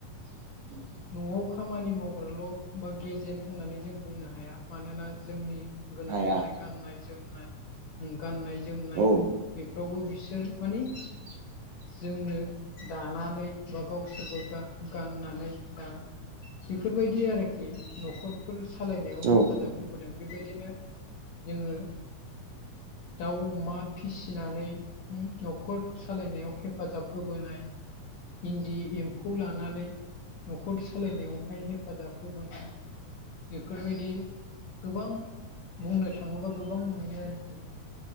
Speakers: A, on the right; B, on the left.
A: <inaudible>
B: न'आव खामानि मावग्राल बा गेजेन होननानै जों बुंनो हाया मानोना जोंनि गोनां
A: हाया
B: जानाय गाननाय जोमनाय गाननाय जोमनाय
A: औ
B: बेफोरावबो बिसोर माने
A: <inaudible>
B: जोंनो दानानै बा गा गावसोरबो गाननानै दा बेफोरबायदि आरोखि न'खर फोर सालायनायाव
A: औ
B: हेफाजाब होबोदों बेबायदिनो जोङो दाउ अमा फिसिनानै न'खर सालायनायाव हेफाजाब होबोनाय इन्दि एम्फौ लानानै न'खर सालायनायावहाय हेफाजाब होबोनो बेफोरबायदि गोबां बुंनो थाङोबा गोबां नुयो आरोखि